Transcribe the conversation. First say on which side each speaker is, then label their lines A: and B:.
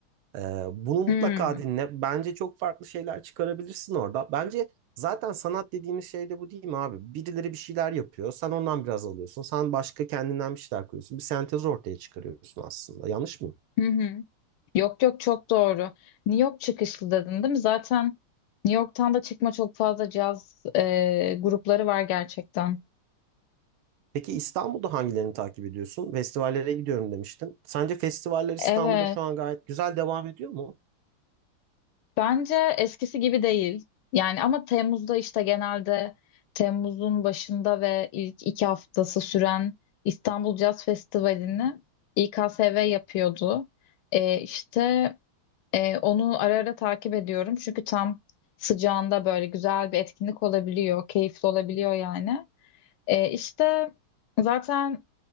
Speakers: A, on the right; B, on the left.
A: Ee, bunu mutlaka
B: Hmm.
A: dinle. Bence çok farklı şeyler çıkarabilirsin orada. Bence zaten sanat dediğimiz şey de bu değil mi abi? Birileri bir şeyler yapıyor. Sen ondan biraz alıyorsun. Sen başka kendinden bir şeyler koyuyorsun. Bir sentez ortaya çıkarıyorsun aslında. Yanlış mı?
B: Hı hı. Yok yok çok doğru. New York çıkışlı dedin değil mi? Zaten New York'tan da çıkma çok fazla caz e, grupları var gerçekten.
A: Peki İstanbul'da hangilerini takip ediyorsun? Festivallere gidiyorum demiştin. Sence festivaller İstanbul'da
B: Evet.
A: şu an gayet güzel devam ediyor mu?
B: Bence eskisi gibi değil. Yani ama Temmuz'da işte genelde Temmuz'un başında ve ilk iki haftası süren İstanbul Jazz Festivali'ni İKSV yapıyordu. Ee, işte e, onu ara ara takip ediyorum. Çünkü tam sıcağında böyle güzel bir etkinlik olabiliyor, keyifli olabiliyor yani. Ee, işte zaten